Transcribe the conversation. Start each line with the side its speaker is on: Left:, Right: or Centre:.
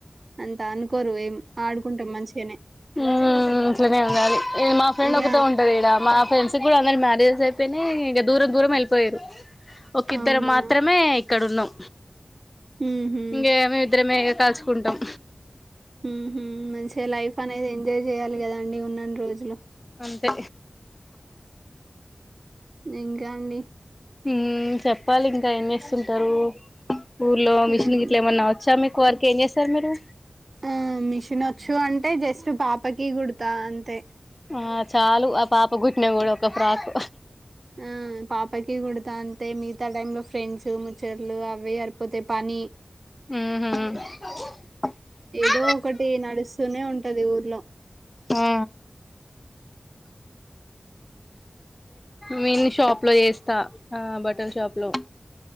Right: అంతా అనుక్ కోరు ఏం, ఆడుకుంటాం మంచిగనే.
Left: ఉమ్, అట్లనే ఉండాలి. ఈ మా ఫ్రెండ్
Right: ఇక
Left: ఒకతే ఉంటదీడ, మా ఫ్రెండ్స్ ప్పుడు అందరి మ్యారేజెస్ అయిపోయినయి, ఇగ దూరం దూరం వెళ్ళిపోయిర్రు. ఒక్కిద్దరు
Right: అవునా
Left: మాత్రమే ఇక్ క్కడున్నం.
Right: ఉహు
Left: ఇంగేమి ఇద్దరమేగ కల్చుకుంటాం.
Right: ఉమ్ హు, మంచిగ లైఫ్ అనేది ఎన్ జాయ్ చేయాలి కదా అండి? ఉన్నన్ని రోజులు
Left: అంతే.
Right: ఇంకా అండి?
Left: ఉమ్, చెప్పాలి ఇంకా ఎం చేస్తుంటరు? ఊర్లో, మిషిని
Right: ఏం
Left: గిట్ల ఏమన్నా వచ్చా మిక్? కొ వర్క్ ఏం చేస్తరు మీరు?
Right: ఆ మిషన్ వచ్చు అంటే, జస్ట్ పాపకి గుడతా అంతే.
Left: ఆ చాలు, ఆ పాపగ్గుట్టిన కూడ ఒక్క ఫ్రాక్.
Right: ఆ పాపకి గుడతా అంతే. మిగతా టైమ్లో ఫ్రెండ్స్, ముచ్చట్లు అవ్వే సరిపోతయి పని.
Left: ఆహ
Right: దో కటి నడుస్తూనే ఉంటది ఊర్లో.
Left: ఆ నేన్ షాప్ లో చేస్తా, ఆ బట్టల షాప్ లో.